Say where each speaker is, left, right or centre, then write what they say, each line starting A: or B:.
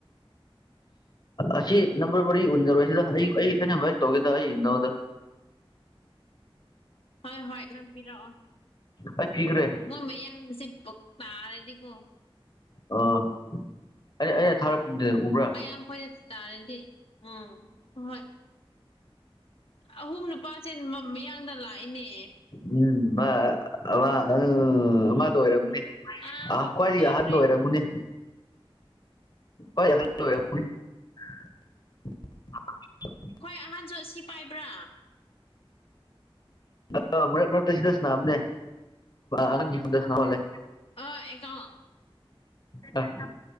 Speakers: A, on the left; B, on the left.
A: ꯑꯁꯤ ꯅꯝꯕꯔ ꯃꯔꯤ ꯎꯅꯔꯣꯏ ꯁꯤꯗ ꯍꯌꯨ ꯑꯩ ꯑꯩ ꯅꯥꯝꯕꯔ ꯇꯧꯒꯦꯗ ꯑꯩ ꯅꯣꯗ
B: ꯍꯣꯏ ꯍꯣꯏ ꯅꯪ ꯄꯤꯔꯛꯑꯣ
A: ꯑꯩ ꯄꯤꯒꯥꯔꯦ
B: ꯃꯣꯏ ꯃꯌꯥꯡꯁꯦ ꯇꯥꯔꯗꯤꯀꯣ
A: ꯑꯥ ꯑꯩ ꯑꯩꯅ ꯊꯥꯔꯛꯄꯗꯤ ꯎꯕꯔꯥ
B: ꯃꯌꯥꯝ ꯈꯣꯏꯅ ꯇꯥꯔꯗꯤ ꯎꯝ ꯍꯣꯏ ꯍꯣꯏ ꯑꯍꯨꯝ ꯅꯨꯄꯥꯁꯦ ꯃꯌꯥꯡꯗ ꯂꯥꯛꯏꯅꯦ
A: ꯎꯝ ꯃꯥ ꯎꯝ ꯃꯥꯗ ꯑꯣꯏꯔꯝꯃꯨꯅꯦ
B: ꯑꯥ
A: ꯑ ꯈ꯭ꯋꯥꯏꯗꯒꯤ
B: ꯇꯥꯈ꯭ꯔꯦ
A: ꯑꯍꯟꯗ ꯑꯣꯏꯔꯝꯃꯨꯅꯦ ꯍ <unintelligible>
B: ꯑꯩꯈꯣꯏ ꯑꯍꯥꯟꯕꯁꯨ ꯁꯤ ꯄꯥꯏꯕ꯭ꯔꯥ
A: ꯑꯣ ꯑ ꯃꯁꯤ ꯗꯁꯅ ꯑꯅꯦ ꯑꯅꯪꯗꯁꯅ ꯃꯦ
B: ꯑ ꯑꯦꯒꯥꯎ
A: ꯑ